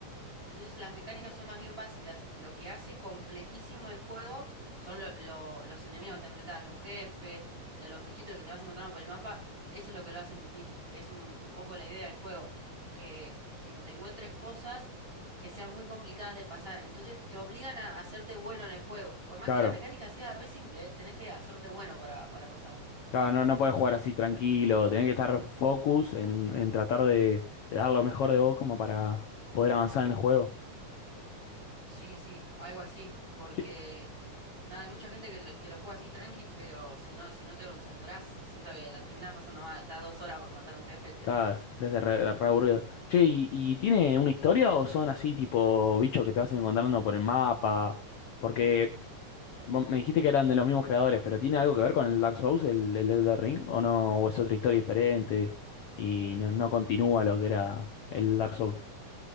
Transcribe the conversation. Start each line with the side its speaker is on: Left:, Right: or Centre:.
Right: Entonces las mecánicas son más bien básicas. Lo que hace complejísimo el juego son lo- lo- los enemigos que te enfrentas, los jefes, eh, los bichitos que te vas encontrando por el mapa. Eso es lo que lo hacen difícil, que es un, un poco la idea del juego, que, que te encuentres cosas que sean muy complicadas de pasar. Entonces te obligan a hacerte bueno en el juego. Por más
Left: Claro,
Right: que la mecánica sea re simple, ¿eh? tenés que hacerte bueno para, para pasarlo.
Left: claro, no, no puedes jugar así tranquilo, tenés que estar focus en, en tratar de, de dar lo mejor de vos como para poder avanzar en el juego.
Right: Sí, sí, algo así, porque
Left: Sí.
Right: nada, hay mucha gente que lo, que lo juega así tranqui, pero si no, si no te concentrás, siento que la terminás pasando mal, estás dos horas para matar a un jefe, te...
Left: Claro, se se hace re, re aburrido. Che, ¿y, y tiene una historia o son así tipo bichos que te vas encontrando por el mapa? Porque vos me dijiste que eran de los mismos creadores, pero ¿tiene algo que ver con el Dark Souls, el, el Elden Ring? ¿O no? ¿O es otra historia diferente y no, no continúa lo que era el Dark Souls?